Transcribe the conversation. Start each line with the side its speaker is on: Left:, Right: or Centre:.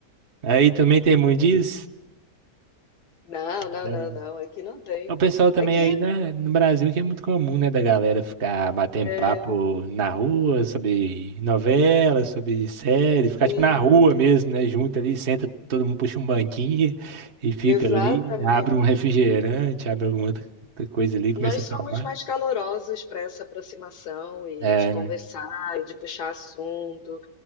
Right: Aí também tem muito disso.
Left: Não, não,
Right: Deve.
Left: não, não. Aqui não tem.
Right: O pessoal também
Left: Aqui,
Right: aí, né, no Brasil que é muito comum, né, da galera ficar batendo
Left: é,
Right: papo na rua sobre novela, sobre série, ficar
Left: sim,
Right: tipo na rua mesmo, né, junto ali, senta, todo mundo puxa um banquinho e fica
Left: exatamente.
Right: ali, abre um refrigerante, abre alguma outra outra coisa ali, começa
Left: Nós
Right: a
Left: somos
Right: tomar.
Left: mais calorosos para essa aproximação e
Right: É,
Left: de conversar
Right: né?
Left: e de puxar assunto,